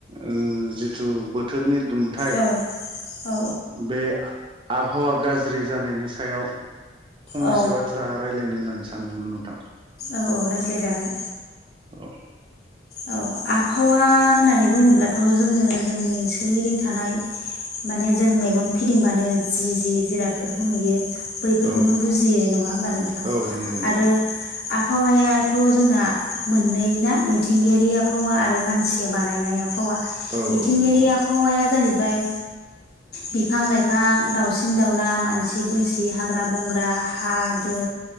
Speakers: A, on the right (about 25°); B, on the left (about 55°).
A: ओ जिथु बोथोरनि दुंथाय
B: औ औ
A: बे आबहावा गाज्रि जानायनि सायाव फंनैसो
B: औ
A: बाथ्रा रायजलायनो होननानै सानदोंमोन नोंथां।
B: औ-औ रायज्लाय जागोन।
A: औ।
B: औ आबहावा होननानै बुङोब्लाथ जोङो जोंनि सोरगिदिं थानाय माने जों मेगन फिदिंबानो जि-जि जिरादफोरखौ नुयो बैफोरखौनो
A: औ
B: बुजियो नङा होमबा नोंथां
A: औ नंगौ नोंथां
B: आरो आबहावायाथ जोंना मोननै ना। मिथिंगायारि आबहावा आरो मानसिया बानायनाय आब हावा,
A: औ
B: मिथिंगायारि
A: औ नंगौ
B: आबहावाया जाहैबाय बिफां लाइफां दाउसिन दाउला मानसि दुमसि हाग्रा बंग्रा हा दै